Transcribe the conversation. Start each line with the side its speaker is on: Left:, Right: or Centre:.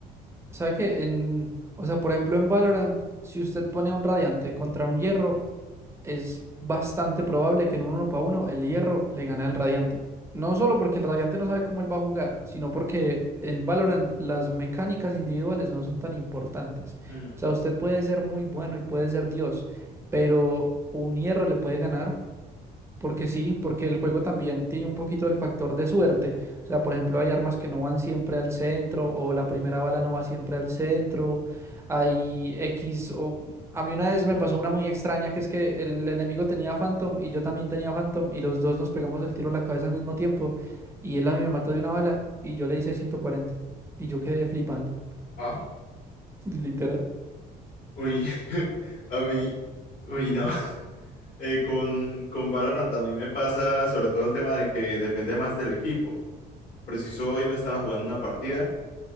Right: sabe que en, o sea, por ejemplo en Valorant, si usted pone a un radiante contra un hierro, es bastante probable que en un uno para uno el Hierro le gane al Radiante. No solo porque el Radiante no sabe cómo él va a jugar, sino porque en Valorant las mecánicas individuales no son tan importantes.
Left: Mm,
Right: O sea, usted puede ser muy bueno y puede ser Dios, pero un Hierro le puede ganar porque sí, porque el juego también tiene un poquito del factor de suerte. O sea, por ejemplo, hay armas que no van siempre al centro o la primera bala no va siempre al centro. Hay
Left: sí.
Right: X o... A mí una vez me pasó una muy extraña que es que el enemigo tenía Phantom y yo también tenía Phantom y los dos nos pegamos el tiro a la cabeza al mismo tiempo y él a mí me mató de una bala y yo le hice 140 y yo quedé flipando,
Left: Ah,
Right: <laughs> literal.
Left: uy, <laughs> a mí, uy, no. <laughs> Eh, con, con Valorant a mí me pasa sobre todo el tema de que depende más del equipo. Preciso hoy me estaba jugando una partida.